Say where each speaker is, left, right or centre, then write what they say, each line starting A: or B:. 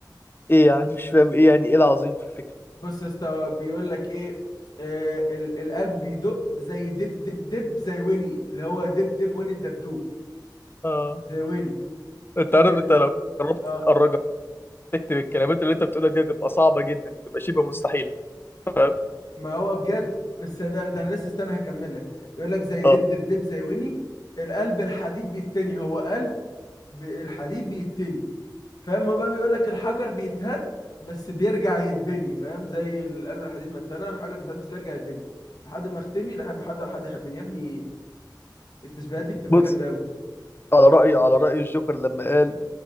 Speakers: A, on the left; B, on the left.
A: ايه يعني مش فاهم ايه يعني ايه العظيم في الفكرة
B: بص يا اسطى هو بيقول لك ايه آه، ال- القلب بيدق زي دب دب دب زي ويني اللي هو دب دب ويني الدبدوب
A: اه
B: زي ويني
A: انت
B: ال...
A: عارف انت لو جربت
B: اه
A: تتأرجها تكتب الكلمات اللي انت بتقولها دي هتبقى صعبة جدا بتبقى شبه مستحيلة فاهم؟
B: ما هو بجد بس ده, ده انا لسه استنى هكمل لك يقول لك زي دب
A: آه.
B: دب دب زي ويني القلب الحديد بيتني هو قلب ب- الحديد بيتني فاهم هو بقى بيقول لك الحجر بيتهد بس بيرجع يتبني فاهم زي القلب الحديد ما اتنى الحجر بيتهد بس بيرجع يتبني لحد ما اختني لا احب حد ولا حد يحبني يا ابني التشبيهات دي بتبقى
A: بص
B: جامده قوي
A: على رأيي على رأي الجوكر لما قال